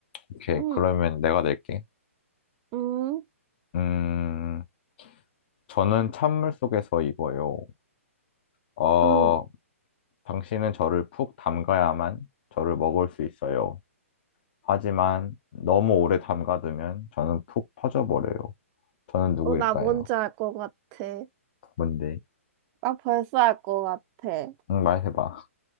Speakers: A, on the left (about 45°); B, on the right (about 30°).
A: 오케이.
B: 응,
A: 그러면 내가 낼게.
B: 응,
A: 음, 저는 찬물 속에서 익어요. 어,
B: 응.
A: 당신은 저를 푹 담가야만 저를 먹을 수 있어요. 하지만 너무 오래 담가두면 저는 푹 퍼져버려요. 저는 누구일까요?
B: 어, 나 뭔지 알 것 같아.
A: 뭔데?
B: 나 벌써 알 것 같아.
A: 응, 말해봐.